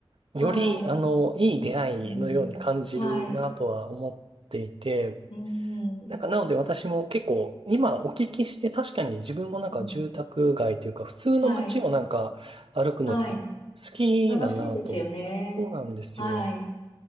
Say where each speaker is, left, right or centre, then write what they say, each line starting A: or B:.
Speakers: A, on the right; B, on the left.
A: より、
B: はい、
A: あの、いい出会いのように感じるなとは思っていて、
B: うん、はい、うん、
A: なんか、なので私も結構、今お聞きして、確かに自分もなんか住宅街というか、
B: うん、
A: 普通の街をなんか歩くのって好きだなと、
B: はい。はい。楽しいですよね。
A: そうなんですよ、
B: はい。